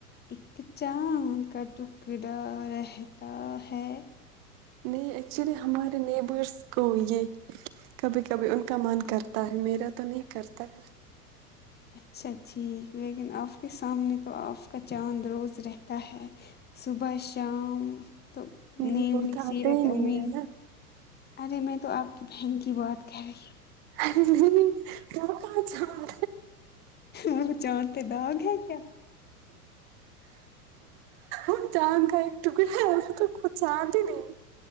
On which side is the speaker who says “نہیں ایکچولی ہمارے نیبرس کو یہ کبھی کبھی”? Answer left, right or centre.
Right